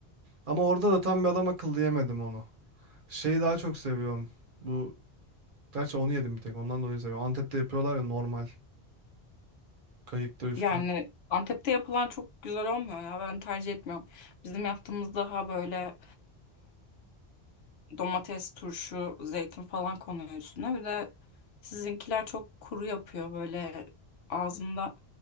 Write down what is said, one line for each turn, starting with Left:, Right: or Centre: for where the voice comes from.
Right: Ama orada da tam bir adam akıllı yemedim onu. Şeyi daha çok seviyorum. Bu gerçi onu yedim bir tek ondan dolayı seviyorum. Antep'te yapıyorlar ya normal kayıkta üstüne.
Left: Yani Antep'te yapılan çok güzel olmuyor ya. Ben tercih etmiyorum. Bizim yaptığımız daha böyle domates, turşu, zeytin falan konuyor üstüne. Bir de sizinkiler çok kuru yapıyor böyle ağzımda